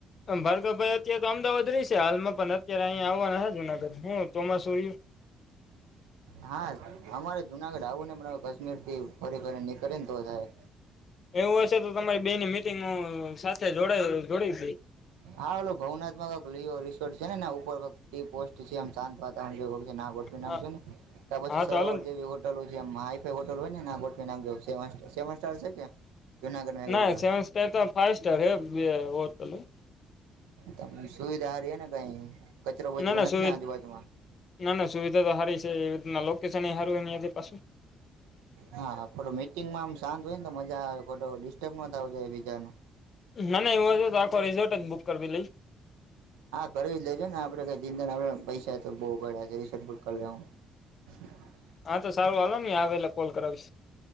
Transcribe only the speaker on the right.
હા અમારે જુનાગઢ આવું ને પણવે કાશ્મીર થી ફરી ફરી નીકળે ને તો થાય
હા ઓલો ભાવનાથ માં ક લેયો રિસોર્ટ છે ને ઉપર ટી પોસ્ટ છે એમ શાંત વા <unintelligible> ના ગોઠવીને
પછી
સરોવર
જેવી હોટલો છે જયા માંય હોટલ હોય ને ના ગોઠવી નાખજો સેવન સ્ટાર છે કે જુનાગઢમાં એક
હોટલ
તમને સુવિધા હારી ને કઈ કચરો બચરો
નથી
ને આજુબાજુમાં
હા મીટિંગમાં આમ શાંત હોય ને તો મજા આવે ખોતો ડિસ્ટર્બ ના થવું જોયે બીજા નુ
હા કરી લેજો ને આપડ કઈ જિંદ આપડ પૈસા તો બહુ ગડ્યા છે રિ કરી લે હું હ